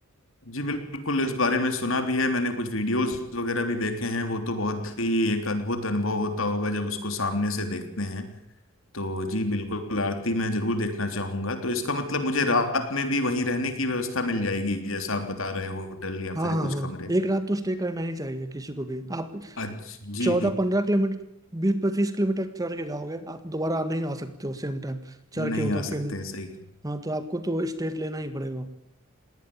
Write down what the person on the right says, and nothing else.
हाँ हाँ
हाँ
एक रात तो स्टे करना ही चाहिए किसी को भी आप
चौदह पंद्रह किलोमीटर बीस पच्चीस किलोमीटर चढ़ के जाओगे आप दोबारा नहीं आ सकते हो सेम टाइम चढ़
के उतर
के
हाँ तो आपको तो स्टे लेना ही पड़ेगा